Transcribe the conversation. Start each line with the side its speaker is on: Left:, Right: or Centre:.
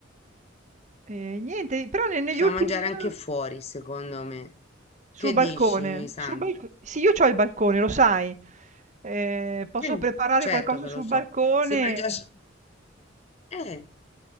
Right: E niente, però ne- negli
Left: Possiamo
Right: ultimi
Left: mangiare
Right: giorni
Left: anche fuori, secondo me.
Right: sul
Left: Che
Right: balcone,
Left: dici, Sandra?
Right: sul balco- sì, io ho il balcone, lo sai. Eh, posso
Left: Sì,
Right: preparare
Left: certo
Right: qualcosa
Left: che
Right: sul
Left: lo so.
Right: balcone.
Left: Si mangia... s- Eh,